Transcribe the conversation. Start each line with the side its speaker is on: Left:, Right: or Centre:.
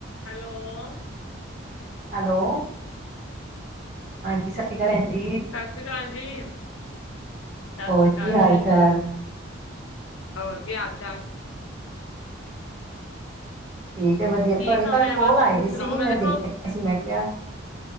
Left: Hello'!
Right: Hello'! ਹਾਂਜੀ! ਸਤਿ ਸ਼੍ਰੀ ਅਕਾਲ! ਆਂਟੀ ਜੀ!
Left: ਸਤਿ ਸ੍ਰੀ ਅਕਾਲ ਜੀ'! ਸਤਿ
Right: ਹੋਰ
Left: ਸ੍ਰੀ
Right: ਕੀ
Left: ਅਕਾਲ
Right: ਹਾਲ
Left: ਜੀ।
Right: ਚਾਲ'।
Left: ਹੋਰ ਕੀ ਆਲ ਚਾਲ'।
Right: ਠੀਕ ਹੈ! ਵਧੀਆ
Left: ਠੀਕ
Right: ਤੁਹਾਡੀ
Left: ਆ
Right: ਕੱਲ
Left: ਮੈਂ
Right: ਕੋਲ
Left: ਬਸ ਤੁਸੀਂ
Right: ਆਈ ਦੀ
Left: ਸੁਣਾਓ
Right: ਸੀਗੀ ਮੈਂ
Left: ਦੇਖੋ
Right: ਦੇਖਿਆ ਸੀ! ਮੈਂ ਕਿਹਾ!